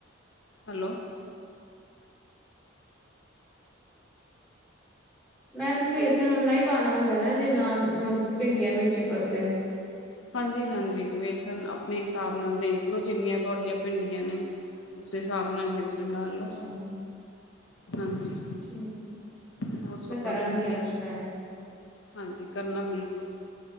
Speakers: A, on the left; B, in the centre.
A: ਹੈਲੋ
B: ਮੇਮ ਬੇਸਨ ਉਨਾ ਹੀ ਪਾਉਣਾ ਹੁੰਦਾ ਨਾ, ਜਿੰਨਾ ਭਿੰਡੀਆਂ ਨੂੰ ਹੀ ਚਿਪਕ ਜਾਏ
A: ਹਾਂਜੀ -ਹਾਂਜੀ ਵੇਸਣ ਆਪਣੇ ਹਿਸਾਬ ਨਾਲ ਦੇਖ ਲਓ ਜਿੰਨੀਆਂ ਤੁਹਾਡੀਆਂ ਭਿੰਡੀਆਂ ਨੇ ਤੇ ਹਿਸਾਬ ਨਾਲ ਵੇਸਣ ਚੰਡਾ ਲੋ
B: ਅੱਛਾ
A: ਹਾਂਜੀ
B: ਠੀਕ
A: ਬਹੁਤ ਸਵਾਦ
B: ਮੈਂ ਕਰਾਂਗੀ
A: ਬਣਦੀਆਂ
B: ਅੱਜ
A: ਹੈ,
B: ਟਰਾਈ
A: ਹਾਂਜੀ ਕਰਨਾ ਬਿਲਕੁਲ